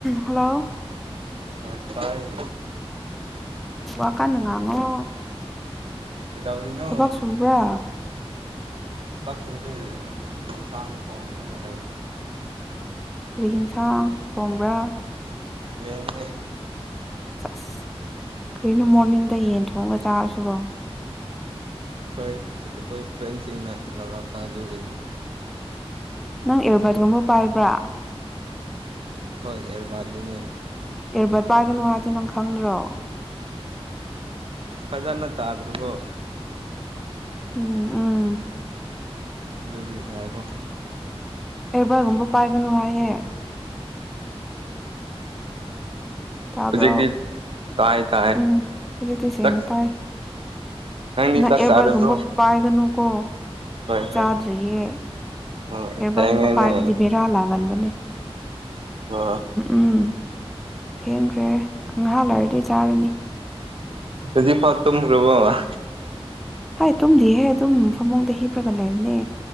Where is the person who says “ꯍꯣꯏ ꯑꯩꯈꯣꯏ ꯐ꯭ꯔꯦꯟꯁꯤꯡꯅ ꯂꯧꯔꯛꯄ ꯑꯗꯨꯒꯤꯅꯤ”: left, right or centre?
Right